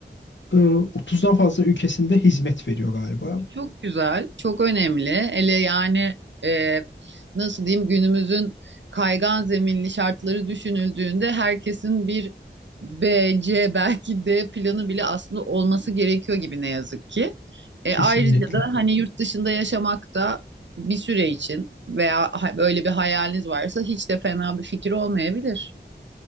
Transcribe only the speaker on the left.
e, 30'dan fazla ülkesinde hizmet veriyor galiba.
Kesinlikle.